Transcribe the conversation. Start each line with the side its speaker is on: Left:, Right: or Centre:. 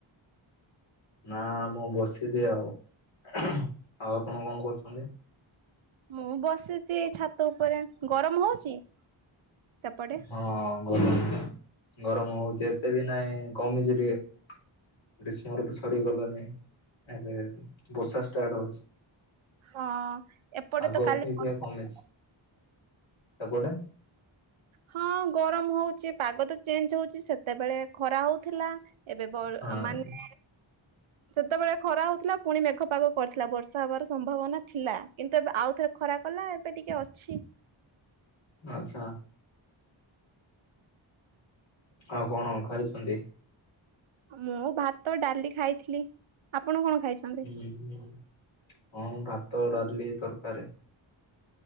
Left: ନା ମୁଁ ବସିଚି ଆଉ ଆଉ ଆପଣ କଣ କରୁଛନ୍ତି?
Right: ମୁଁ ବସିଛି ଏଇ ଛାତ ଉପରେ ଗରମ ହଉଛି। ସେପଟେ?
Left: ହଁ ଗର ଗରମ ହଉଛି ଏତେ ବି ନାହିଁ କମିଛି ଟିକେ। ଗ୍ରୀଷ୍ମ ଋତୁ ସରିଗଲାଣିି ଏବେ ବର୍ଷା ଷ୍ଟାର୍ଟ ହଉଛି।
Right: ହଁ ଏପଟେ
Left: ଆଗ
Right: ତ କାଲି
Left: ଅପେକ୍ଷା
Right: ବର୍ଷା
Left: କମିଚି।
Right: ହେଇଥିଲା।
Left: ସେପଟେ
Right: ହଁ ଗରମ ହଉଛି ପାଗ ତ ଚେଞ୍ଜ ହଉଛି ସେତେବେଳେ ଖରା ହଉଥିଲା। ଏବେ ବ
Left: ହଁ
Right: ମାନେ ସେତେବେଳେ ଖରା ହଉଥିଲା ପୁଣି ମେଘ ପାଗ କରିଥିଲା ବର୍ଷା ହବାର ସମ୍ଭାବନା ଥିଲା କିନ୍ତୁ ଏବେ ଆଉଥରେ ଖରା କଲା ଏବେ ଟିକେ ଅଛି।
Left: ଆଛା। ଆଉ କଣ ଖାଇଛନ୍ତି?
Right: ମୁଁ ଭାତ ଡାଲି ଖାଇଥିଲି ଆପଣ କଣ? ଖାଇଛନ୍ତି?
Left: ହଁ ହଁ ଭାତ, ଡାଲି, ତରକାରୀ।